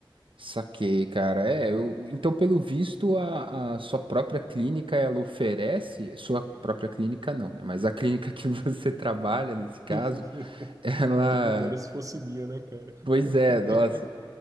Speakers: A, on the right; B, on the right.
A: Saquei, cara. É, eu- então, pelo visto, a, a sua própria clínica ela oferece, sua própria clínica não, né? Mas a clínica que <laughs> você trabalha, nesse caso,
B: <laughs>
A: ela.
B: Quem me dera se fosse minha, né, cara? <laughs>
A: Pois é, nossa.